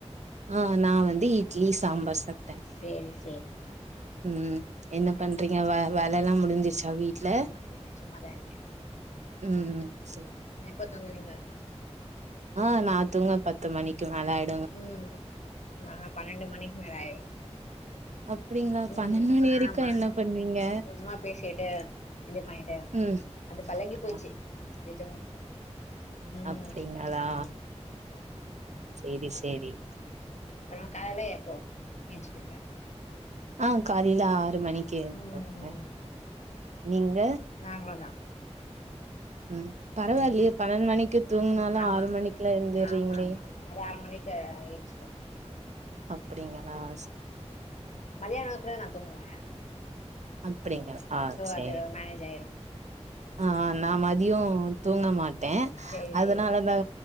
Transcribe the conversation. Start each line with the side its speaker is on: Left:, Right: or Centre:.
Right: ஆ நா வந்து இட்லி சாம்பார் சாப்
Left: சேரி சேரி
Right: ம் என்ன
Left: அப்றோ
Right: பண்றீங்க வே வேலல்லா முடிஞ்சிச் சா வீட்ல
Left: ஆ முடிஞ்சிச்சு சும்மாதா இருக்கே
Right: ம் ம் செ
Left: எப்ப தூங்குவீங்க
Right: ஆ நா தூங்க பத்து மணிக்கி மேல ஆ
Left: ம் ம் நாங்க பன்னெண்டு மணிக்கு மேல ஆய்ரு
Right: அப்டிங்களா
Left: ம்
Right: பன்னெண்டு மணி வரைக்கு
Left: ஆமா
Right: என்ன பண்ணுவீங்க
Left: சும்மா பேசிட்டு இது பண்ணிட்டு
Right: ம்
Left: அது பழகி போயிச்சு
Right: அ
Left: அப்டி தூங்கி ம்
Right: அப்டிங்களா
Left: ஆமா ஆமா
Right: சேரி சேரி
Left: <unintelligible> கால்ல எப்போ ஏன்ச்சிப்பிங்க
Right: ஆ காலயில ஆறு மணிக்கி
Left: ம்
Right: <inaudible> நீங்க
Left: நாங்கோதா
Right: ம் பரவாயில்லயே
Left: ம்
Right: பன்னெண் மணிக்கு தூங்குனாலு
Left: ஆமா
Right: ஆறு மணிக்லா எந்துர்றீங்களே
Left: ஆமா ஆமா அது ஆறு மணிக்கு ஏன்ச்சுக்குவோ
Right: அப்டிங்களா செ
Left: மதியானத்துல நா தூங்குவ
Right: அப்டிங்களா சேரி
Left: அது மேனேஜ் ஆய்ரு
Right: அ அ நா மதியோ தூங்க மாட்ட
Left: சேரி
Right: அதுனாலதா
Left: சேரி